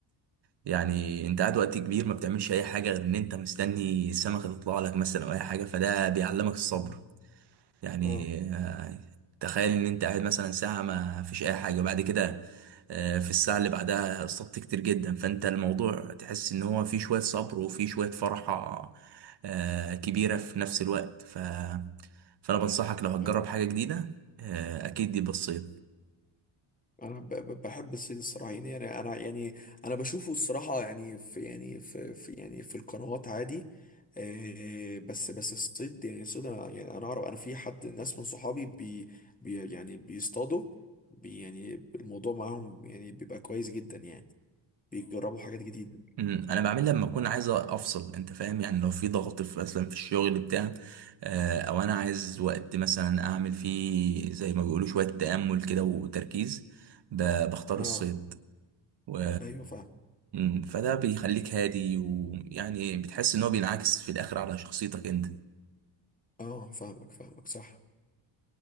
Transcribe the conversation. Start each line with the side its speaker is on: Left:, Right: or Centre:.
Right: يعني انت قاعد وقت كبير ما بتعملش اي حاجه غير ان انت مستني السمكه تطلع لك مثلا او اي حاجه فده بيعلمك الصبر
Left: آه.
Right: يعني
Left: اه
Right: آه، تخيل ان انت قاعد مثلا ساعة ما فيش اي حاجة وبعد كده آه، في الساعة اللي بعدها اصطدت كتير جدا فانت الموضوع تحس ان هو فيه شوية صبر وفيه شوية فرحة آه، كبيرة في نفس الوقت ف... فانا بنصحك لو هتجرب
Left: يعني
Right: حاجة جديدة آه، اكيد دي بسيط
Left: انا ب- ب- بحب الصيد الصراحه يعني انا انا يعني انا بشوفه الصراحه يعني في يعني في, في يعني في القنوات عادي آه، بس بس الصيد يعني الصيد انا يعني انا اعرف انا في حد ناس من صحابي بي, بي يعني بيصطادوا بي يعني الموضوع معاهم يعني بيبقى كويس جدا يعني بيجربوا حاجات جديده
Right: امم، انا بعمل لما اكون عايز افصل انت فاهم يعني لو في ضغط في مثلا في الشغل بتاع آه، او انا عايز وقت مثلا اعمل فيه زي ما بيقولوا شويه تامل كده وتركيز ب- بختار
Left: اه
Right: الصيد و
Left: ايوه فاهم
Right: امم، فده بيخليك هادي ويعني بتحس ان هو بينعكس في الاخر على شخصيتك انت
Left: اه فاهمك فاهمك صح